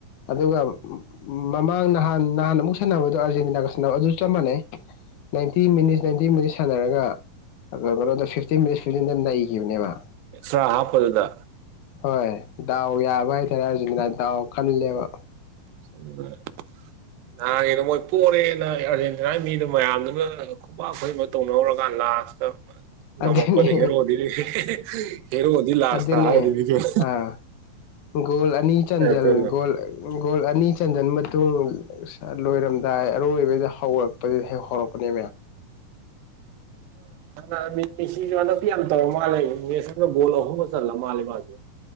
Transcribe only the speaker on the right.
ꯑ‌ꯦ‍ꯛꯁꯇ꯭ꯔꯥ ꯍꯥꯞꯄꯗꯨꯗ
<unintelligible> ꯅꯍꯥꯟꯒꯤꯗꯣ ꯃꯣꯏ ꯄꯣꯔꯦꯅ ꯑꯥꯔꯖꯦꯟꯇꯤꯅꯥꯒꯤ ꯃꯤꯗ‌ꯣ ꯃꯌꯥꯝꯗꯨꯅ ꯈꯨꯄꯥꯛ ꯇꯧꯅꯔꯨꯔꯀꯥꯟ ꯂꯥꯁꯇ
ꯉꯝꯃꯛꯄꯗꯤ ꯍꯦꯔꯣꯗꯤꯗꯤ ꯍꯦꯔꯣꯗꯤ ꯂꯥꯁꯇ
ꯍꯥꯏꯗꯨꯅꯤ <unintelligible>
ꯀꯩꯅꯣ
ꯑ‌ ꯃꯦ ꯃꯦꯁꯤꯁꯨ ꯍꯟꯗꯛꯇꯤ ꯌꯥꯝ ꯇꯧꯔ ꯃꯥꯜꯂꯦ ꯃꯦꯁ ꯑꯃꯒ ꯒꯣꯜ ꯑꯍꯨꯝꯒ ꯆꯜꯂ ꯃꯥꯜꯂꯦ ꯃꯥꯖꯨ